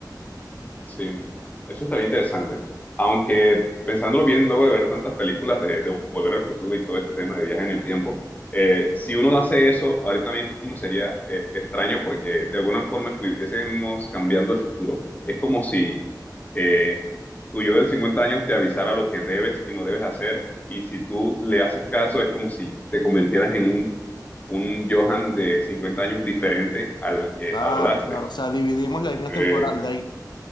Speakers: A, on the left; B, on the left.
A: Sí, eso estaría interesante. Aunque pensándolo bien, luego de ver tantas películas de, de Volver al Futuro y todo este tema de viaje en el tiempo, eh, si uno hace eso, ahorita mismo sería eh, extraño porque de alguna forma estuviésemos cambiando el futuro. Es como si eh, tu yo del 50 años te avisara lo que debes y no debes hacer, y si tú le haces caso, es como si te convirtieras en un, un Johan de 50 años diferente al que
B: Claro,
A: hablaste.
B: claro. O sea, dividimos la línea
A: Eh,
B: temporal de ahí.